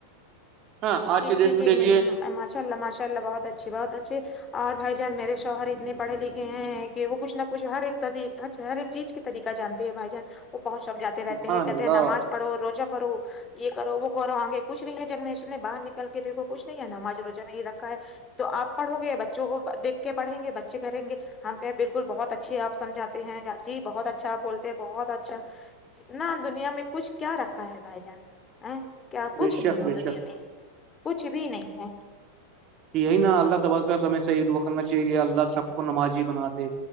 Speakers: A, on the right; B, on the left.
A: ہاں آج
B: جی
A: سے دٹ
B: جی
A: میں
B: جی
A: دیکھیے
B: ماشاء اللہ ماشاء اللہہت اچھے بہت اچھے اور بھائی جان میرے شوہر اتنے پڑھے لکھے ہیں کہ وہ کچھ نہ کچھ ہر ایک ت اچھا ہر چیز کے طریقہ جانتے ہیں بھائی جان وہ بہت سمجھاتے رہتے
A: سبحان
B: ہیں کہتے
A: اللہ
B: ہیں نماز پڑھو روزہ کرو یہ کرو وہ کرو آ گے کچھ نہیں ہے جنریشن نے باہر نکل کے دیکھو کچھ نہیں ہے نماز روچہ میں ہی رکھا ہے تو آپ پڑھو گے بچوں کو دیکھ کے پڑھیں گے بچے کریں گے ہم کہ بالکل بہت اچھی آپ سجھاتے ہیں جی بہت اچھا آپ بولتے ہیں بہت اچھا جنا دنیا میں کچھ کیا رکھا ہے بھائی جان ا کیا کچھ
A: بے
B: نہیں
A: شک
B: ہے
A: بے
B: دنیا
A: شک
B: میں کچھ بھی نہیں ہے
A: یہی نا اللہ تب سمے سے عید وک کرنا چاہیے کہ اللہ سب کو نمازی بنا دے